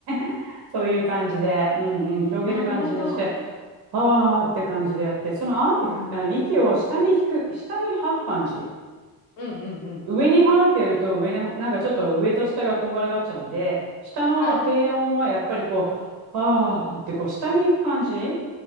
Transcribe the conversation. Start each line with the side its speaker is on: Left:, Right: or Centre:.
Right: <laughs> そういう感じで、うんうん、広げる感じでして、
Left: なるほど。
Right: あーって感じでやって、そのあーってふ、
Left: うん。
Right: あの、
Left: うん
Right: 息を下に引く、下に吐く感じ。
Left: うんうん。
Right: 上にはーってやると、上の、なんかちょっと上と下がこんがらがっちゃうんで、下の低音はやっぱりこう、
Left: はい。
Right: あーってこう下に行く感じ。